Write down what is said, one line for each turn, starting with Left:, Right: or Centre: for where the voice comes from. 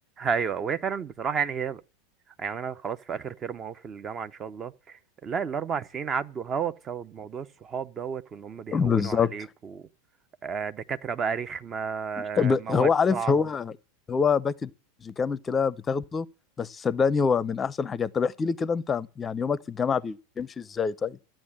Right: ايوه وهي فعلا بصراحه يعني هي يعني انا خلاص في اخر ترم اهو في الجامعه ان شاء الله لا الاربع سنين عدوا هوا بسبب موضوع الصحاب دوت وان هم بيهونوا
Left: بالظبط
Right: عليك و آه، دكاتره بقى رخمه آه،
Left: ب-
Right: مواد
Left: هو عارف
Right: صعبه
Left: هو هو باكج كامل كده بتاخده بس صدقني هو من احسن حاجات طب احكي لي كده انت يعني يومك في الجامعه بيمشي ازاي طيب